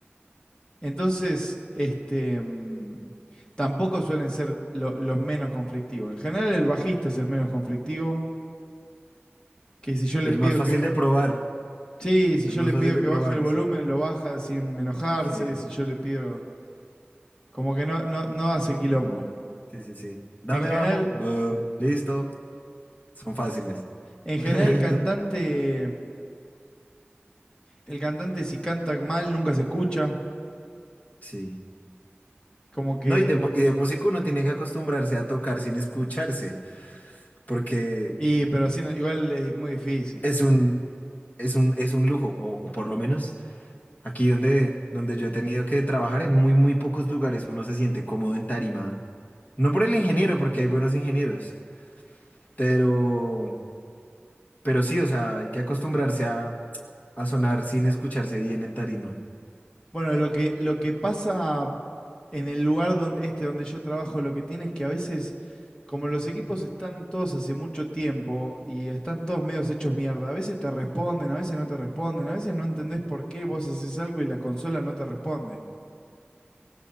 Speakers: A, on the left; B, on the left.
A: Entonces, este, mm, tampoco suelen ser lo- los menos conflictivos. En general el bajista es el menos conflictivo Que si yo le
B: Y el
A: pido
B: más fácil
A: que,
B: de probar.
A: sí, si
B: Es
A: yo
B: más
A: le
B: fácil
A: pido
B: de
A: que
B: probar,
A: baje el volumen,
B: sí.
A: lo baja sin enojarse,
B: Sí,
A: si yo le pido, como que no, no, no hace quilombo.
B: sí, sí, sí. Dame
A: En general,
B: bajo, boom, listo. Son fáciles.
A: en general
B: <laughs>
A: el cantante, el cantante si canta mal nunca se escucha,
B: Sí.
A: como que,
B: No, y de, mu- y de músico uno tiene que acostumbrarse a tocar sin escucharse, porque
A: y pero así no- igual es muy difícil.
B: es un, es un, es un lujo, o, o por lo menos aquí donde, donde yo he tenido que trabajar, en muy, muy pocos lugares uno se siente cómodo en tarima. No por el ingeniero, porque hay buenos ingenieros, pero, pero sí, o sea, hay que acostumbrarse a, a sonar sin escucharse bien en tarima.
A: Bueno, lo que, lo que pasa en el lugar donde, este donde yo trabajo, lo que tiene es que a veces, como los equipos están todos hace mucho tiempo y están todos medios hechos mierda, a veces te responden, a veces no te responden, a veces no entendés por qué vos haces algo y la consola no te responde.